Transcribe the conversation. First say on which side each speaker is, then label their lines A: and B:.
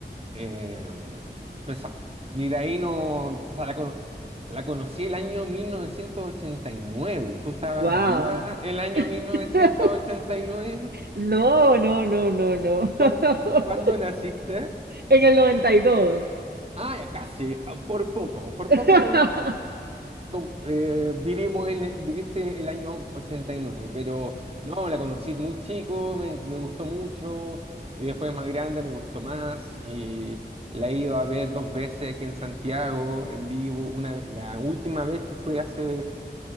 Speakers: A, on the right; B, on the right.
A: Eh, pues, ah, y de ahí no, o sea, la, cono- la conocí el año mil novecientos ochenta y nueve ¿Tú estabas
B: Wow.
A: viva el año 1989?
B: <laughs> No, no, no, no, no.
A: ¿Cuán-
B: <laughs>
A: ¿Cuándo, naciste?
B: En el 92.
A: Ah, ya casi, ah, por poco, por
B: <laughs>
A: poco co- eh, vivimos en, el- viviste el año ochenta y nueve pero no, la conocí muy chico, me, me gustó mucho, y después más grande me gustó más, y la he ido a ver dos veces aquí en Santiago, en vivo, una, la última vez que fue hace